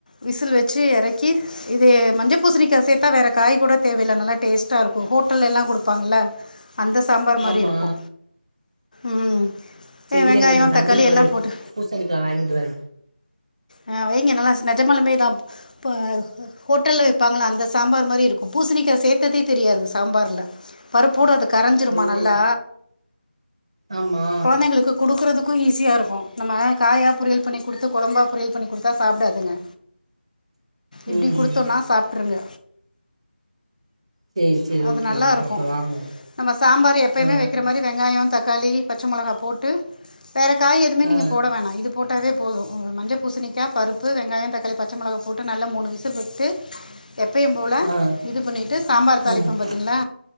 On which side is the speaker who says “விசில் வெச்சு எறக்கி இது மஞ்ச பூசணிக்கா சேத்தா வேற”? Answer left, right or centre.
Left